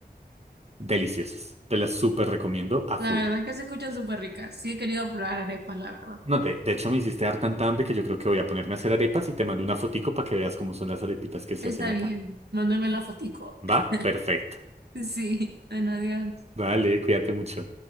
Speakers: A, on the right; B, on the right.
A: deliciosas. Te las súper recomiendo a
B: la
A: full.
B: verdad es que se escuchan súper ricas. Sí, he querido probar arepas, la verdad.
A: No, de, de hecho me hiciste dar tanta hambre que yo creo que voy a ponerme a hacer arepas y te mando una fotico para que veas cómo son las arepitas que se
B: Está
A: hacen acá.
B: bien, mándame la fotico.
A: ¿Va?
B: <laughs>
A: Perfecto.
B: Sí, bueno, adiós.
A: Vale, cuídate mucho.